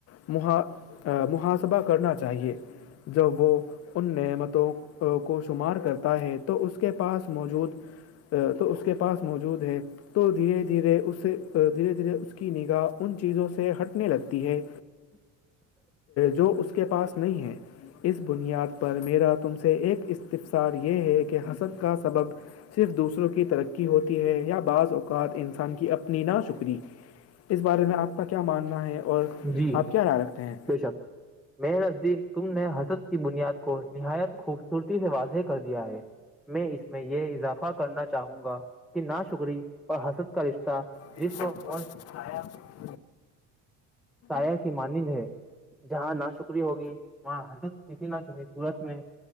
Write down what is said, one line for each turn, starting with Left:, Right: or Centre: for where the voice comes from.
Left: محا محاسبہ کرنا چاہیے جب وہ ان نعمتوں کو شمار کرتا ہے تو اس کے پاس موجود تو اس کے پاس موجود ہے تو دھیرے دھیرے اس سے دھیرے دھیرے اس کی نگاہ ان چیزوں سے ہٹنے لگتی ہے
Centre: <unintelligible>
Left: جو اس کے پاس نہیں ہے اس بنیاد پر میرا تم سے ایک استفسار یہ ہے کہ حسد کا سبب صرف دوسروں کی ترقی ہوتی ہے یا بعض اوقات انسان کی اپنی نہ شکری اس بارے میں آپ کا کیا ماننا ہے اور
Centre: جی
Left: آپ کیا رائے رکھتے ہیں
Centre: بے شک میرے نزدیک تم نے حضرت کی بنیاد کو نہایت خوبصورتی سے واضح کر دیا ہے میں اس میں یہ اضافہ کرنا چاہوں گا کہ نا شکری اور حسد کا رشتہ
Left: د
Centre: جسم
Left: ش
Centre: اور
Left: آھایا
Centre: سایا کی مانند ہے جہاں نا شکری ہوگی وہاں حرت کسی نہ کسی صورت میں